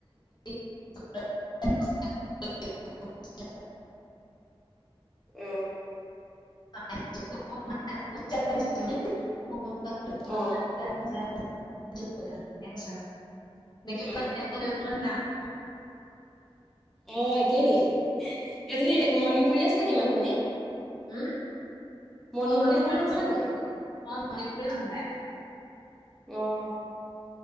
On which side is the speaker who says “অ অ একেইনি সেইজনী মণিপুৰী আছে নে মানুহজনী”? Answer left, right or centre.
Centre